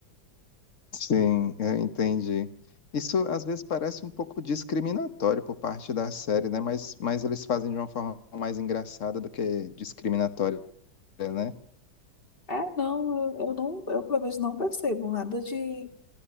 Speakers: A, on the left (about 45°); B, on the left (about 30°).
A: Sim, eu entendi. Isso às vezes parece um pouco discriminatório por parte da série, né? Mas, mas eles fazem de uma forma mais engraçada do que discriminatória, né?
B: É, não, eu, eu não, eu pelo menos não percebo nada de